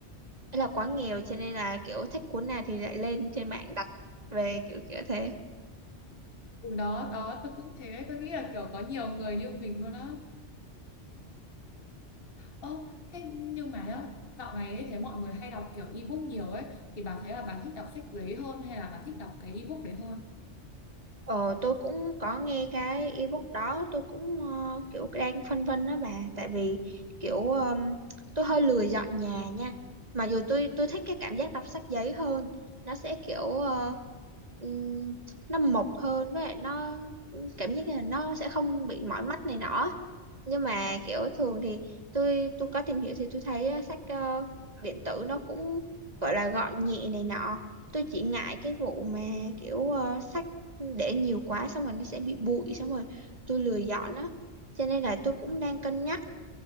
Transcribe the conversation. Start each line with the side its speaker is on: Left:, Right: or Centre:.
Right: ý là quá nghèo cho nên là kiểu thích cuốn nào thì lại lên trên mạng đặt về kiểu kiểu thế.
Left: Ừ đó đó tôi cũng thế tôi nghĩ là kiểu có nhiều người như mình luôn á Ơ, thế nhưng mà nhá, dạo này ấy, thấy mọi người hay đọc kiểu ebook nhiều ấy thì bà thấy là bà thích đọc sách giấy hơn hay là bà thích đọc cái ebook đấy hơn?
Right: Ờ, tôi cũng có nghe cái ebook đó tôi cũng ờ, kiểu đang phân vân đó bà tại vì kiểu ờm, tôi hơi lười dọn nhà nha mà dù tôi tôi thích cái cảm giác đọc sách giấy hơn nó sẽ kiểu ờ, ừm, nó mộc hơn với lại nó cảm giác như là nó sẽ không bị mỏi mắt này nọ nhưng mà kiểu thường thì tôi tôi có tìm hiểu thì tôi thấy ờ, sách ờ, điện tử nó cũng gọi là gọn nhẹ này nọ tôi chỉ ngại cái vụ mà kiểu ờ, sách để nhiều quá xong rồi nó sẽ bị bụi xong rồi tôi lười dọn á cho nên là tôi cũng đang cân nhắc